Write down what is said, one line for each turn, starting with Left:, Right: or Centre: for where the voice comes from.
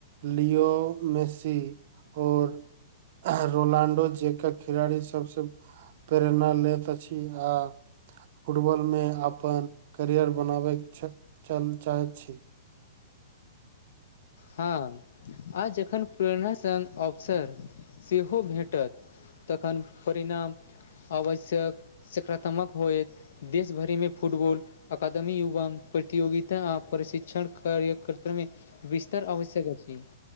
Right: लियो मेसी आओर आर रोनाल्डो जेकां खिलाड़ी सबसऽ प्रेरणा लैत अछि आ फुटबॉलमे अप- -पन करियर बनाबे के च-चाहैत छी
Left: हाँ आ जखन प्रेरणा संग अवसर सेहो भेटत तखन परिणाम आवश्यक सकारात्मक होएत देश भरिमे फुटबॉल अकादमी युवा प्रतियोगिता आ प्रशिक्षण कार्यकर्तामे तर आवश्यक अछि